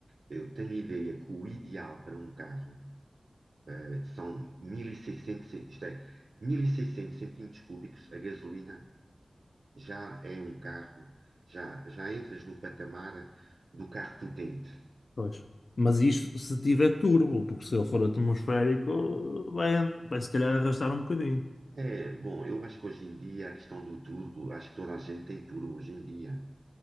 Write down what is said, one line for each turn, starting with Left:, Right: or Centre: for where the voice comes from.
Right: Eu tenho ideia que o ideal para um carro eh, são 1600, cent- isto é, 1600 centímetros cúbicos, a gasolina já é um carro, já, já entras no patamar do carro potente.
Left: Pois. Mas isto se tiver turbo, porque se ele for Atmosférico vai, vai se calhar arrastar um bocadinho.
Right: É, bom, eu acho que hoje em dia a questão do turbo, acho que toda a gente tem turbo hoje em dia.